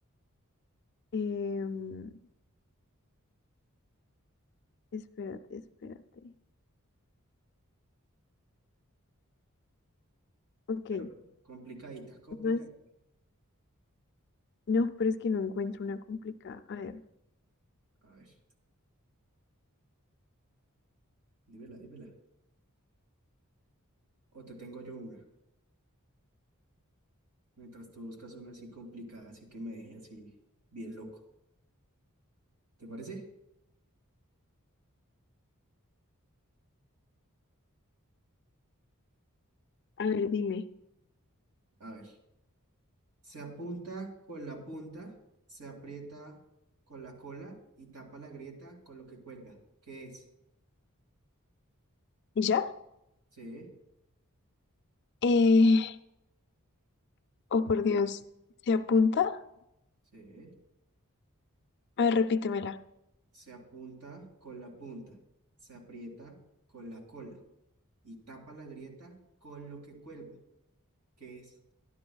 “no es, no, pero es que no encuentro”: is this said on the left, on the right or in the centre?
Left